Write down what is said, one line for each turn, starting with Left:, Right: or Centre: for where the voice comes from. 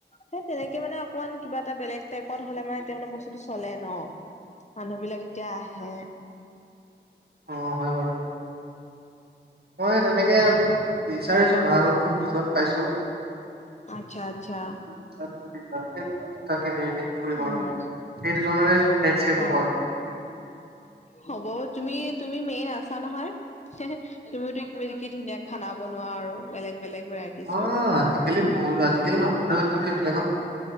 Left: সেই তেনেকে মানে অকমান কিবা এটা বেলেগ টাইপত হলে মানে এতিয়া মানে বস্তুটো চলে ন। মানুহ বিলাক তেতিয়া আহে।
Right: অ হয় বাৰু মই তেনেকে বিচাৰিছো, ভাল খুব দুজন পাইছোঁ।
Left: আচ্ছা আচ্ছা।
Right: <unintelligible> তাকে হেৰি দি কৰিম
Left: উম
Right: আৰু। সেইজনৰে হেতছেক
Left: অ
Right: হব আৰু।
Left: হ'ব তুমি, তুমি মেইন আছা নহয়। তুমি তো কি কি ধুনীয়া খানা বনোৱা আৰু, বেলেগ বেলেগ ভেৰাইটিজৰ।
Right: অ আজিকালি বহুত আজিকালি নুশুনা হৈছো ন এইবিলাকত